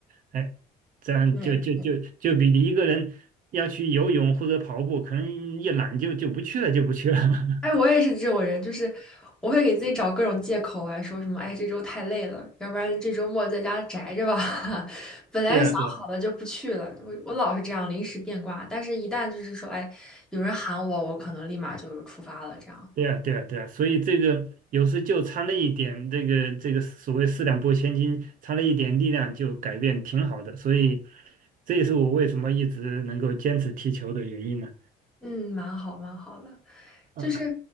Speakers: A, on the right; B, in the centre.
A: 哎，这样就就就就比你一个人要去游泳或者跑步，
B: 对。
A: 可能一懒就就不去了，就不去了。<laughs>
B: 哎，我也是这种人，就是我会给自己找各种借口啊，说什么哎这周太累了，要不然这周末在家宅着吧。<laughs> 本来想好了就不去了，
A: 对啊，对啊。
B: 我我老是这样临时变卦，但是一旦就是说哎有人喊我，我可能立马就出发了，这样，
A: 对啊，对啊，对啊，所以这个有时就差那一点，这个这个所谓四两拨千斤，差那一点力量就改变挺好的，所以这也是我为什么一直能够坚持踢球的原因呢。
B: 嗯，蛮好蛮好的，
A: 啊，
B: 就是